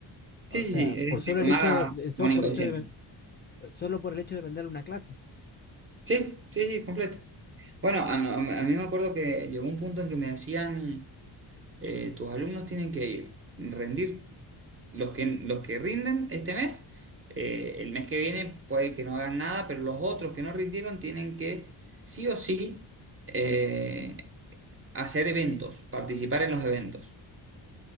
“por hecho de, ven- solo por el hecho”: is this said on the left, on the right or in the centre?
Left